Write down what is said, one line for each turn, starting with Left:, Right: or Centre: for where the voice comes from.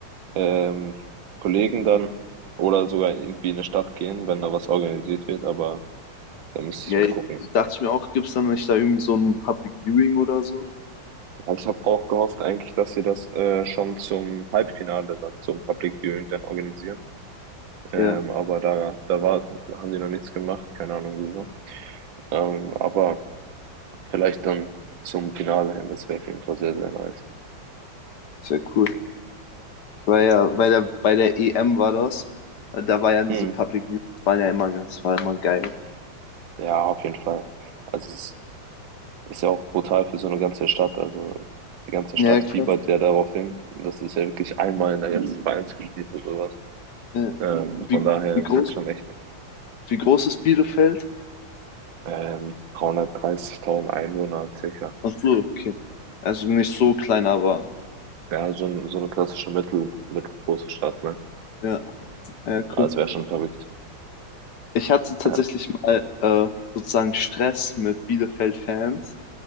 Right: ähm, Kollegen dann oder sogar irgendwie in eine Stadt gehen, wenn da was organisiert wird, aber da müsste
Left: Ja,
Right: ich mal
Left: ich,
Right: gucken.
Left: dachte ich mir auch, gibt es dann nicht da irgendwie so ein Public Viewing oder so?
Right: Ja, Ich habe auch gehofft eigentlich, dass sie das äh, schon zum Halbfinale dann zum Public Viewing dann organisieren. Ähm,
Left: Ja,
Right: aber da, da war, haben die noch nichts gemacht, keine Ahnung wieso. Ähm, aber vielleicht dann zum Finale hin, das wäre auf jeden Fall sehr, sehr nice.
Left: das wäre cool. Ich war ja bei der, bei der EM war das. Da war ja diese
Right: Hm.
Left: Public Views, waren ja immer, das war immer geil.
Right: Ja, auf jeden Fall. Also es ist ja auch brutal für so eine ganze Stadt. Also die ganze
Left: Ja,
Right: Stadt
Left: klar.
Right: fiebert ja darauf hin. Und Das ist ja wirklich einmal in der ganzen Vereinsgeschichte sowas.
Left: Ja.
Right: Ähm,
Left: Wie,
Right: von daher
Left: wie
Right: ist
Left: groß,
Right: das schon echt
Left: wie groß ist Bielefeld?
Right: ähm, 330.000 Einwohner circa.
Left: Ach so, okay. Also nicht so klein, aber
Right: Ja, so, ein- so eine klassische Mittel, mittelgroße Stadt, ne?
Left: ja, ja, cool.
Right: Aber es wäre schon verrückt.
Left: Ich hatte tatsächlich
Right: Ja.
Left: mal äh, sozusagen Stress mit Bielefeld-Fans.